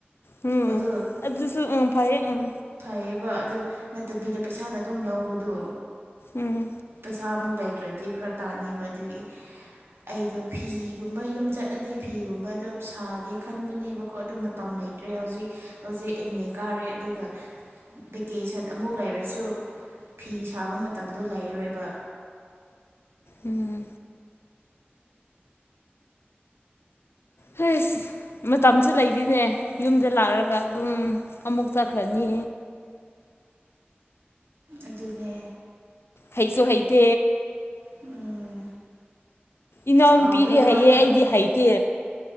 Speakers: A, on the left; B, on the right.
A: ꯎꯝ
B: ꯑꯗꯨ
A: ꯑꯗꯨ ꯑꯗꯨꯁꯨ ꯎ ꯐꯥꯏꯌꯦ ꯎꯝ
B: ꯐꯩꯌꯦꯕ ꯑꯗꯨ ꯅꯠꯇꯕꯤꯗ ꯄꯩꯁꯥꯗ ꯑꯗꯨꯝ ꯂꯧꯕꯗꯣ
A: ꯎꯝ
B: ꯄꯩꯁꯥ ꯃꯨꯒꯂ ꯅꯠꯇ꯭ꯔꯗꯤ ꯐꯔꯛ ꯇꯥꯅꯦꯕ ꯑꯗꯨꯒꯤ ꯑꯩꯗꯣ ꯐꯤꯒꯨꯝꯕ ꯌꯨꯝ ꯆꯠꯂꯗꯤ ꯐꯤꯒꯨꯝꯕꯗꯣ ꯁꯥꯒꯦ ꯈꯟꯕꯅꯦꯕꯀꯣ ꯑꯗꯨ ꯃꯇꯝ ꯂꯩꯇ꯭ꯔꯦ ꯍꯧꯖꯤꯛ ꯍꯧꯖꯤꯛ ꯑꯦꯝ ꯑꯦ ꯀꯥꯔꯦ ꯑꯗꯨꯒ ꯚꯦꯀꯦꯁꯟ ꯑꯃꯨꯛ ꯂꯩꯔꯁꯨ ꯐꯤ ꯁꯥꯕ ꯃꯇꯝꯗꯣ ꯂꯩꯔꯣꯏꯕ
A: ꯎꯝ ꯍꯁ ꯃꯇꯝꯁꯨ ꯂꯩꯔꯤꯅꯦ ꯌꯨꯝꯗ ꯂꯥꯛꯑꯒ ꯑꯗꯨꯝ ꯑꯃꯨꯛ ꯆꯠꯈ꯭ꯔꯅꯤ
B: ꯑꯗꯨꯅꯦ
A: ꯍꯩꯁꯨꯣ ꯍꯩꯇ
B: ꯎꯝ
A: ꯏꯅꯥꯎꯅꯨꯄꯤꯗꯤ
B: ꯀꯥꯎꯈ꯭ꯔꯦ ꯂꯣꯏꯅ
A: ꯍꯩꯌꯦ ꯑꯩꯗꯤ ꯍꯩꯇꯦ